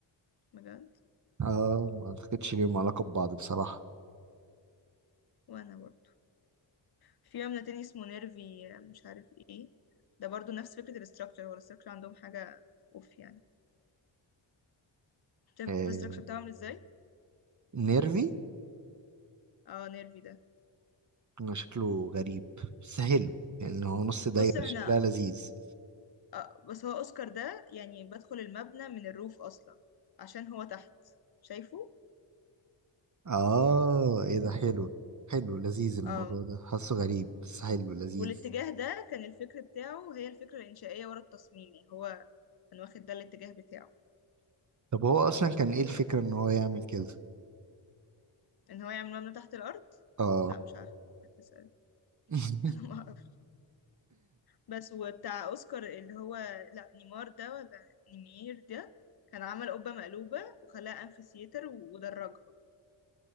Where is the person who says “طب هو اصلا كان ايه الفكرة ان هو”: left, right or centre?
Right